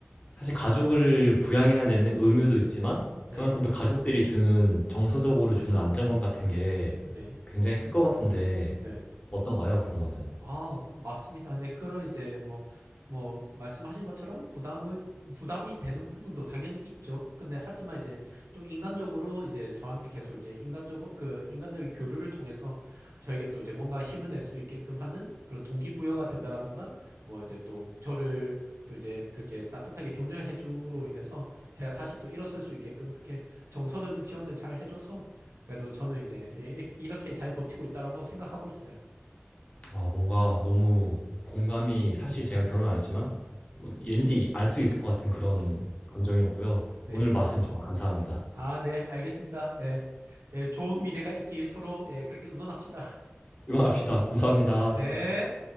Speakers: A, on the left (about 25°); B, on the right (about 80°).
A: 사실 가족을 부양해야 되는 의무도 있지만 그만큼
B: 예,
A: 또 가족들이 주는 정서적으로 주는 안정감 같은 게
B: 네,
A: 굉장히 클 것 같은데
B: 네.
A: 어떤가요? 그런 거는.
B: 아, 맞습니다. 네, 그런 이제 뭐, 뭐, 말씀하신 것처럼 부담을, 부담이 되는 부분도 당연히 있죠. 근데 하지만 이제 또 인간적으로 이제 저한테 계속 이제 인간적으로, 그 인간적인 교류를 통해서 저에게 또 이제 뭔가 힘을 낼 수 있게끔 하는 그런 동기부여가 된다라든가 뭐 이제 또 저를 또 이제 그렇게 따뜻하게 격려해 줌으로 인해서 제가 다시 또 일어설 수 있게끔 그렇게 정서적인 지원을 잘 해줘서 그래도 저는 이제 이- 이렇게 잘 버티고 있다라고 생각하고 있어요.
A: 아, 뭔가 너무 공감이 사실 제가 결혼 안 했지만 뭔- 왠지 알 수 있을 것 같은 그런 감정이었고요.
B: 네.
A: 오늘 말씀 정말 감사합니다.
B: 아, 네, 알겠습니다. 예. 예, 좋은 미래가 있길 서로, 예, 그렇게 응원합시다. <laughs>
A: 응원합시다. 감사합니다.
B: 네.